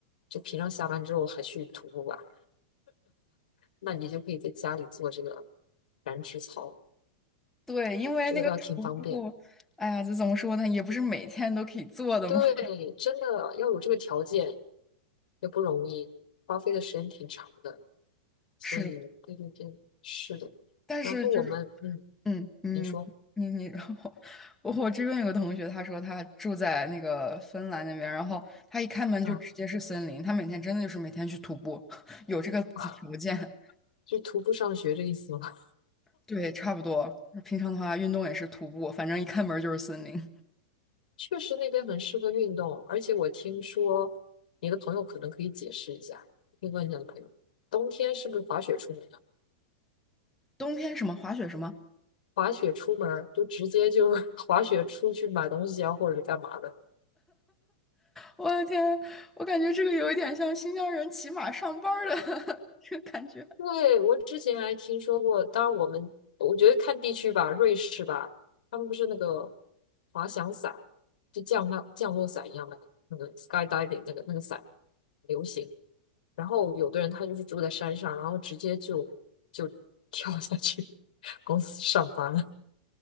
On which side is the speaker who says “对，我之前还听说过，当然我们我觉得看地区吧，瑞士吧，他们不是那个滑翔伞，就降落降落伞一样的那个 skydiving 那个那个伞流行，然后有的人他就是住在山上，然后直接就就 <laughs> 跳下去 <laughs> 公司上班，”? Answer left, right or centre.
Left